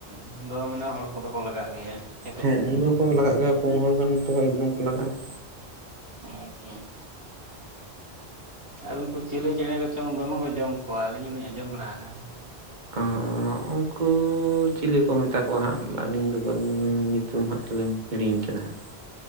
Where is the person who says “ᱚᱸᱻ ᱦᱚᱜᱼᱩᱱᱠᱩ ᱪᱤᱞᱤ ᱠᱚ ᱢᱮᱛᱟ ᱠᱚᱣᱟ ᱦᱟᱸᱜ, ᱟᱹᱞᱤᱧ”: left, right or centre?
Right